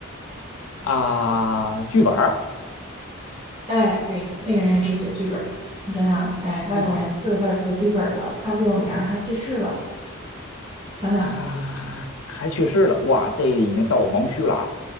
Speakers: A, on the left; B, on the right.
A: 啊，剧本儿，
B: 哎，对，那个人也是写剧本的。你想想，哎，外国人四个字儿写剧本的，
A: 哇，
B: 他最有名儿还去世了。想想，
A: 还还还还还去世了，哇，这已经到我盲区了啊，